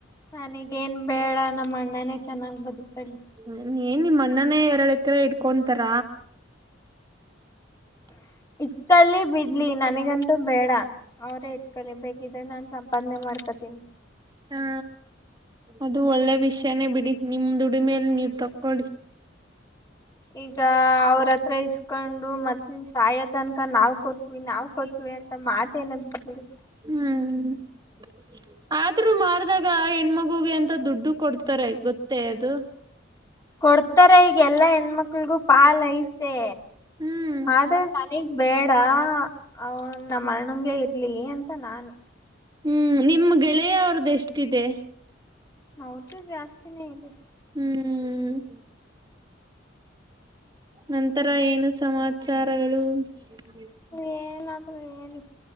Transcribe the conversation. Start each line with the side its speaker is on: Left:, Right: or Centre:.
Left: ನನಗೇನ್ ಬೇಡ ನಮ್ಮ ಅಣ್ಣನೇ ಚೆನ್ನಾಗ್ ಬದುಕೊಳ್ಳಿ
Right: ಹ ಏನ್ ನಿಮ್ಮ ಅಣ್ಣನೇ ಎರಡು ಎಕರೆ ಇಟ್ಕೊಂತಾರ <unintelligible>
Left: ಇಟ್ಕೊಳ್ಳಿ ಬಿಡ್ಲಿ ನನಗಂತೂ ಬೇಡ ಅವ್ರೇ ಇಟ್ತ್ಕೊಳ್ಳಳಿ ಬೇಗಿದ್ರ ನಾನ್ ಸಂಪಾದನೆ ಮಾಡ್ಕತೀನಿ
Right: ಹಾ ಅದು ಒಳ್ಳೆ ವಿಷಯಾನೇ ಬಿಡಿ ನಿಮ ದುಡಿಮೇಲೆ ನೀವ್ ತಕ್ಕೊಳ್ಳಿ
Left: ಈಗ ಅವ್ರತ್ರ ಇಸ್ಕೊಂಡು ಮತ್ತನ ಸಾಯೋ ತನಕ ನಾವ್ ಕೊಟ್ಟ ನಾವು ಕೊಟ್ವಿ ಅಂತ ಮಾತ ಏನದ್ ಬಿಡು
Right: ಹ್ಮ್ ಆದ್ರೂ ಮಾಡ್ದಾಗ ಆ ಹೆಣ್ಮಗುಗೆ ಅಂತ ದುಡ್ಡು ಕೊಡ್ತಾರೆ ಗೊತ್ತೇ ಅದು
Left: ಕೊಡ್ತಾರೆ ಈಗ ಎಲ್ಲಾ ಹೆಣ್ಮಕ್ಳಗೂ ಪಾಲ್ ಐತೆೆ
Right: ಹ್ಮ್
Left: ಆದ್ರೆ ನನಗ್ ಬೇಡ ಅವನು ನಮ್ಮ ಅಣ್ಣಗೆ ಇರ್ಲಿ ಅಂತ ನಾನು
Right: ಹ್ಮ್ ನಿಮ್ ಗೆಳೆಯ ಅವರುದು ಎಷ್ಟಿದೆ
Left: ಅವರದು ಜಾಸ್ತಿನೇ ಇದೆ
Right: ಹ್ಮ್ ನಂತರ ಏನು ಸಮಾಚಾರಗಳು <unintelligible>
Left: ಎನ್ ಆದ್ರೂ ಹೇಳಿ